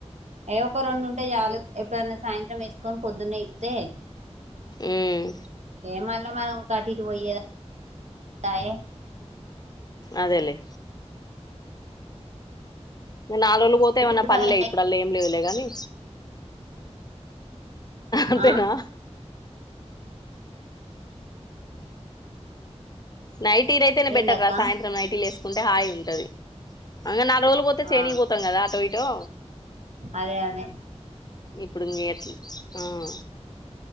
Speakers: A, on the right; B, on the left.
A: ఏ ఒక్క రొండు ఉంటే చాలు ఎప్పుడన్న సాయంత్రం వేసుకొన్ పొద్దున్నే ఇప్పితే
B: ఉమ్
A: ఏ మళ్ళ మనమ్ ఊకె అటు ఇటు వొయే పాయె
B: అదెలేే ఇంక నాలుగు రోజ్లు పోతే ఏవన్న
A: ఇప్పుడు
B: పనులే
A: సగం
B: ఇప్పుడల్ల ఏం లేదులేగాని అంతేనా
A: ఆ
B: నైటిలయితేనే
A: ఏందక్క
B: బెటర్ రా సాయంత్రం నైటీల్ వేసుకుంటే హాయిగుంటది అ ఇంగ నాల్గు రోజులు పోతే
A: ఆ
B: చేనికి పోతాం కదా అటో ఇటో
A: అదే అదే
B: ఇప్పుడింగేట్ల్ ఊ